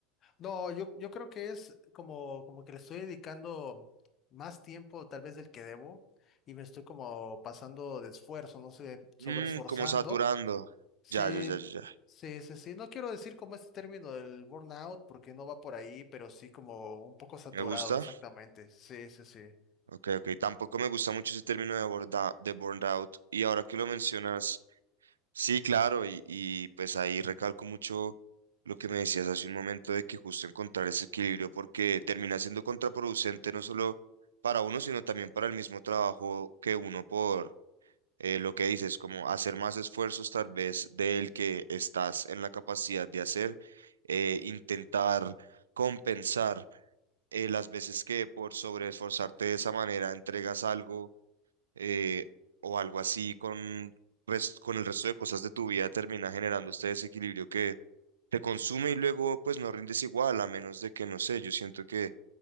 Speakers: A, on the left (about 35°); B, on the right (about 75°).
A: No, yo, yo creo que es como, como que le estoy dedicando más tiempo tal vez del que debo y me estoy como pasando de esfuerzo, no sé, sobreesforzando.
B: Mm, como saturando.
A: Sí,
B: Ya, ya, ya, ya. ya.
A: sí, sí, sí. No quiero decir como este término del burnout porque no va por ahí, pero sí como un poco saturado,
B: Me gusta.
A: exactamente. Sí, sí, sí.
B: Ok, ok. Tampoco me gusta mucho ese término de, burnout. de burnout. Y ahora que lo mencionas, Sí, claro, y, y pues ahí recalco mucho lo que me decías hace un momento de que justo encontrar ese equilibrio porque termina siendo contraproducente no solo para uno, sino también para el mismo trabajo que uno por eh, lo que dices, como hacer más esfuerzos tal vez del que estás en la capacidad de hacer, eh, intentar compensar eh, las veces que por sobreesforzarte de esa manera entregas algo eh, o algo así con, res- con el resto de cosas de tu vida termina generando este desequilibrio que te consume y luego pues no rindes igual, a menos de que, no sé, yo siento que